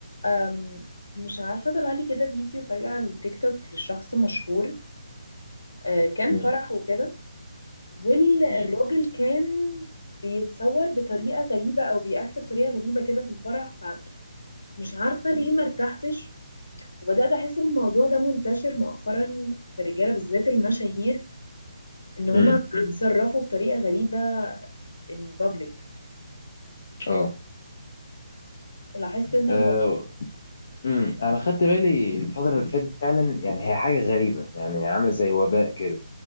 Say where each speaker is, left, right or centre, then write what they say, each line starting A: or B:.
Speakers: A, on the left; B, on the left.
A: أم، مش عارفة طلع لي كده فيديو فجأة على التيك توك لشخص مشهور أه، كان
B: مم.
A: فرح وكده والراجل
B: مم.
A: كان بيتصور بطريقة غريبة أو بيأكت بطريقة غريبة كده في الفرح فمش عارفة ليه مرتحتش وبدأت أحس إن الموضوع ده منتشر مؤخرا في الرجالة بالذات المشاهير إن هما
B: مم.
A: بيتصرفوا بطريقة غريبة in public
B: اه
A: لاحظت أنت الموضوع
B: آه، امم انا خدت بالي الفتره اللي فاتت فعلا يعني هي حاجه غريبه يعني عامله زي وباء كده